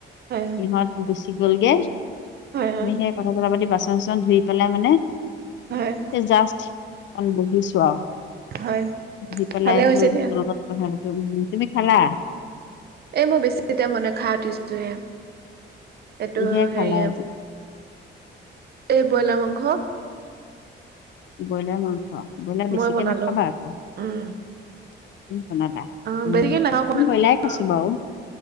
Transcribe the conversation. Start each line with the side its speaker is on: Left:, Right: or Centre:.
Right: হয়
Left: সিহঁত গুচি গ'লগে
Right: হয় হয়
Left: আমি সেই কথা-চথা পাতি বাচন চাচন ধুই পেলাই মানে
Right: হয়
Left: জাষ্ট অকণ বহিছো আও
Right: হয়
Left: বহি পেলাই
Right: ভালে হৈছে
Left: বোলো
Right: দিয়া।
Left: লগত পাতো তুমি খালা?
Right: এই মই বেছি এতিয়া মনে খাই উঠিছোহে এইটো
Left: কিহে খালা
Right: হেৰি
Left: আজি
Right: এই ব্ৰইলাৰ মাংস
Left: ব্ৰইলাৰ মাংস। ব্ৰইলাৰ বেছিকে
Right: মই বনালো
Left: নাখাবা আকৌ কোন
Right: উম
Left: বনালা?
Right: অ
Left: উম
Right: বেছিকে নাখাওঁ
Left: আমি
Right: অকমান
Left: ব্ৰইলাৰে খাইছো
Right: অ
Left: বাৰু